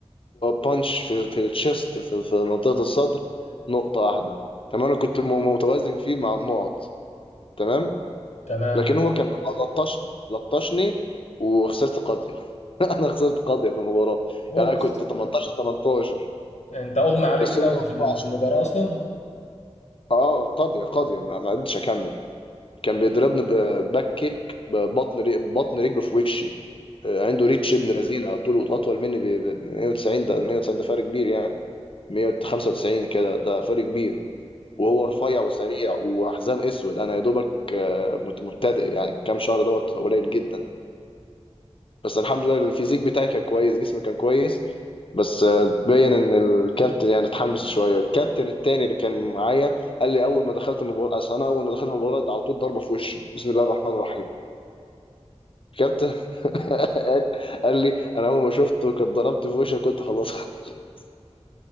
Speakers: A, on the left; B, on the left.
A: بانش في في التشيست في, في منطقة الصدر نقطة واحدة تمام انا كنت م- متوازن فيه مع النقط تمام
B: تمام
A: لكن هو كان لطشني لطشني وخسرت قاضية <laughs> انا خسرت قاضية في المباراة
B: اوبس
A: يعني انا كنت 18 18
B: انت اغمى عليك
A: بس
B: كده
A: هو
B: وانت
A: هو
B: في في
A: عشان
B: المباراه اصلا
A: اه قاضية قاضية ما ما قدرتش اكمل كان بيضربني باك كيك ببطن ري... بطن رجله في وشي آه،
B: أوه.
A: عنده ريتش ابن لذينه طوله اطول مني ب ب- 190 ده 190 ده فرق كبير يعني 195 كده ده فرق كبير وهو
B: اوه
A: رفيع وسريع وحزام اسود انا يا دوبك آه، مت- مبتدئ يعني كام شهر دوت قليل جدا بس الحمد لله الفيزيك بتاعي كان كويس جسمي كان كويس بس آه، تبين ان الكابتن يعني اتحمس شويه الكابتن التاني اللي كان معايا قال لي اول ما دخلت المباراه اصل انا اول ما دخلت المباراه على طول ضربه في وشي بسم الله الرحمن الرحيم الكابتن <laughs> قال قال لي انا اول ما شفته كنت ضربت في وشي قلت خلاص <laughs>